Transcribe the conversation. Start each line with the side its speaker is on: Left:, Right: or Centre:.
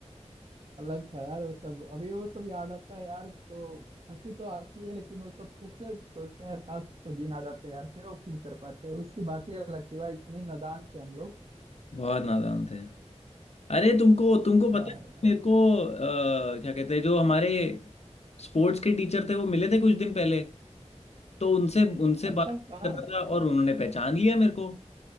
Right: अलग था यार वो सब अभी वो सब याद आता है यार तो हंसी तो आती है लेकिन वो सब फिर से सोचते हैं यार काश वो दिन आ जाते यार फिर वो फील कर पाते हैं उसकी बात ही अलग थी भाई इतने नादान थे हम लोग
Left: बहुत नादान थे अरे तुमको तुमको
Right: हाँ
Left: पता है
Right: यार
Left: मेरे को अ, क्या कहते हैं जो हमारे स्पोर्ट्स के टीचर थे वो मिले थे कुछ दिन पहले तो उनसे उनसे
Right: अच्छा
Left: बात
Right: कहाँ
Left: कर रहा था और उन्होंने पहचान लिया मेरे को